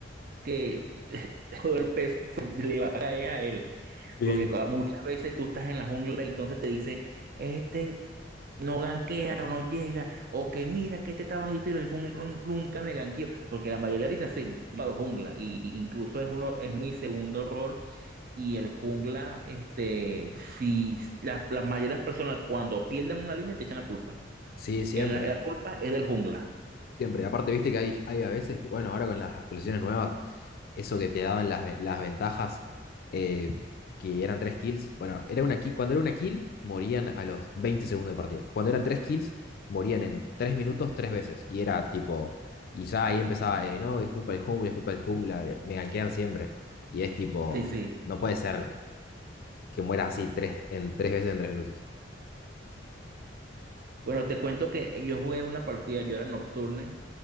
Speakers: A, on the right; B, on the left.
A: que <laughs> todo el peso le va a caer a él.
B: Sí.
A: Porque cua- muchas veces tú estás en la jungla y entonces te dice, este no ganquea o no llega, o que mira que este está bajito y el jungla nun- nunca me ganqueó. Porque la mayoría dice así, jugado jungla, y y incluso es uno, es mi segundo rol. Y el jungla, este, si la, la mayoría de las personas cuando pierden una línea te echan la culpa.
B: Sí, siempre.
A: Eh, La, la culpa es del jungla.
B: Siempre. Aparte, viste que hay, hay a veces que, bueno, ahora con las actualizaciones nuevas, eso que te daban las, ve- las ventajas, eh, que eran tres kills. Bueno, era una kill, cuando era una kill, morían a los 20 segundos de partida. Cuando eran tres kills, morían en tres minutos tres veces. Y era tipo, y ya ahí empezaba, eh, no, es culpa del jungla, es culpa del jungla, eh, me gankean siempre. Y es tipo,
A: Sí, sí.
B: no puede ser que mueras así tres, en tres veces en tres minutos.
A: Bueno, te cuento que yo jugué una partida, yo era nocturne